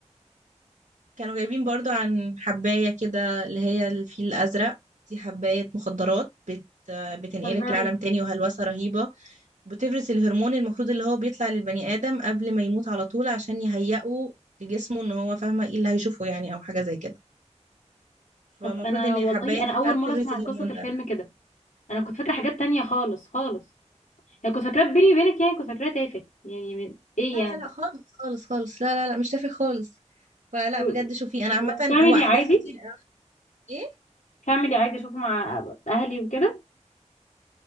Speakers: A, on the right; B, on the left.
A: كانوا جايبين برضو عن حباية كده اللي هي الفيل الأزرق دي حباية مخدرات بت بتنقلك
B: هزاري
A: لعالم تاني وهلوسة رهيبة بتفرز الهرمون المفروض اللي هو بيطلع للبني آدم قبل ما يموت على طول عشان يهيئه لجسمه ان هو فاهمة ايه اللي هيشوفه يعني او حاجة زي كده فالمفروض
B: طب انا
A: ان
B: والله
A: الحباية
B: انا
A: دي
B: اول
A: بقى بتفرز
B: مرة اسمع
A: الهرمون
B: قصة الفيلم
A: ده
B: كده انا كنت فاكرة حاجات تانية خالص خالص يعني كنت فاكراه بيني وبينك يعني كنت فاكراه تافه يعني من- ايه
A: لا
B: يعني
A: لا لا خالص خالص خالص لا لا لا مش تافه خالص فلا
B: و-
A: بجد شوفي انا عامة
B: وفاميلي
A: هو احداث
B: عادي
A: كتير قوي ايه
B: فاميلي عادي اشوفه مع اهلي وكده